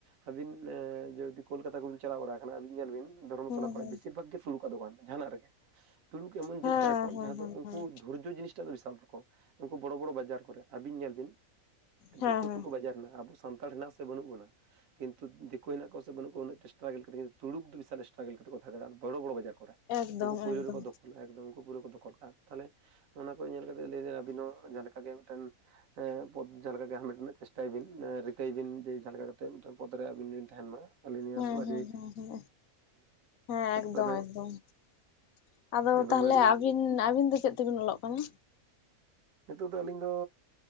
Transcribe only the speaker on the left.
ᱦᱮᱸ
ᱦᱮᱸ
ᱦᱮᱸ
ᱦᱮᱸ ᱦᱮᱸ
ᱦᱮᱸ
ᱦᱮᱸ ᱦᱮᱸ
ᱮᱠᱫᱚᱢ
ᱮᱠᱫᱚᱢ
ᱦᱮᱸ
ᱦᱮᱸ
ᱦᱮᱸ ᱦᱮᱸ ᱦᱮᱸᱻ
ᱮᱠᱫᱚᱢ
ᱮᱠᱫᱚᱢ ᱾ ᱟᱫᱚ
ᱛᱟᱦᱞᱮ
ᱟᱵᱤᱱ ᱟᱵᱤᱱ ᱫᱚ ᱪᱮᱫ ᱛᱮᱵᱤᱱ ᱚᱞᱚᱜ ᱠᱟᱱᱟ?